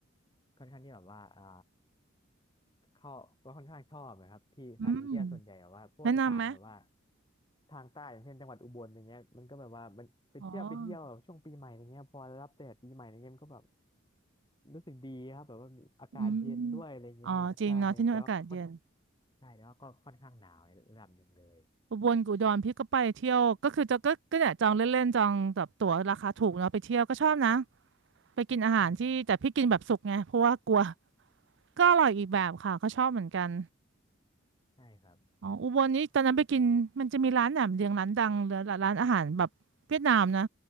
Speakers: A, on the left; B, on the right.
A: ค่อนข้างที่แบบว่าอ่าเข้าก็ค่อนข้างชอบนะครับที่สถานที่เที่ยวส่วนใหญ่แบบว่าพวกอีสานแบบว่า
B: อืมแนะนำไหม
A: ทางใต้อย่างเช่นจังหวัดอุบลอย่างเงี้ยมันก็แบบว่ามันไปเที่ยวไปเที่ยวแบบช่วงปีใหม่อย่างเงี้ยพอรับแดดปีใหม่อย่างเงี้ยมันก็แบบ
B: อ๋อ
A: รู้สึกดีครับแบบว่ามีอากาศเย็นด้วยอะไรเงี้ยใช่แต่ว่าค่อน
B: อืมอ๋อจริงเนาะที่นู่นอากาศเย็น
A: ใช่แต่ว่าก็ค่อนข้างหนาวในระดับหนึ่งเลย
B: อุบลกับอุดรพี่ก็ไปเที่ยวก็คือจะก็ก็เนี่ยจองเล่นๆจองแบบตั๋วราคาถูกเนาะไปเที่ยวก็ชอบนะไปกินอาหารที่แต่พี่กินแบบสุกไงเพราะว่ากลัว
A: ใช่ครับ
B: ก็อร่อยอีกแบบค่ะก็ชอบเหมือนกัน
A: ใช่ครับ
B: อ๋ออุบลนี้ตอนนั้นไปกินมันจะมีร้านแหนมเนืองร้านดังหรือร้านอาหารแบบเวียดนามนะ